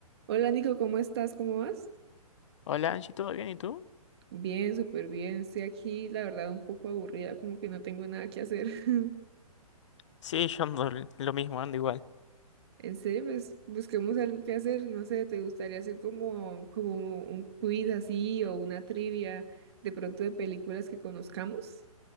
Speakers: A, on the right; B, on the left.
A: Hola Nico, ¿cómo estás? ¿Cómo vas?
B: Hola Angie, ¿todo bien? ¿Y tú?
A: Bien, súper bien. Estoy aquí, la verdad, un poco aburrida, como que no tengo nada que hacer. <laughs>
B: Sí, yo ando l- lo mismo, ando igual.
A: En serio, pues busquemos algo que hacer. No sé, ¿te gustaría hacer como, como un quiz así o una trivia de pronto de películas que conozcamos?